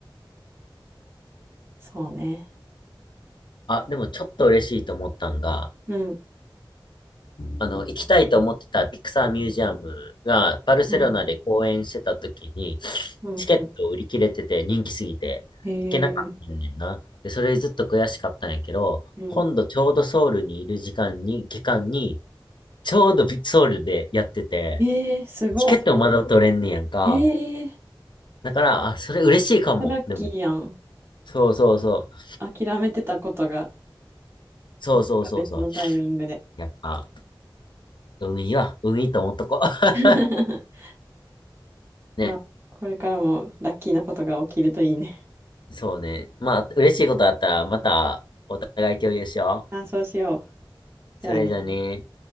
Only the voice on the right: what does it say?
そうね。
うん、
うん、うん、
うん。へえ、
うん。
ええすごっ。
ええ
ラッキーやん。
諦めてたことが、
まさか別のタイミングで。
<laughs>
まあ、これからもラッキーなことが起きるといいね。
あ、そうしよう。じゃあね。